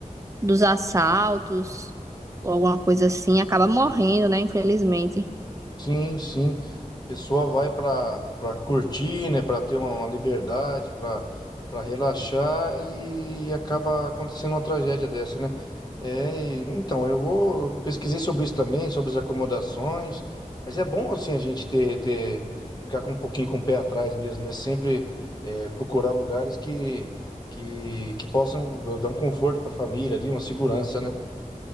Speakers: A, on the right; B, on the left.
A: dos assaltos ou alguma coisa assim, acaba morrendo, né? Infelizmente.
B: Sim, sim. A pessoa vai para para curtir, né, para ter uma liberdade, para para relaxar e acaba acontecendo uma tragédia dessa, né? É, e- então eu vou pesquisei sobre isso também, sobre as acomodações, mas é bom assim a gente ter ter ficar com um pouquinho com o pé atrás mesmo, né? Sempre é, procurar lugares que que que possam dar um conforto para a família ali, uma segurança, né?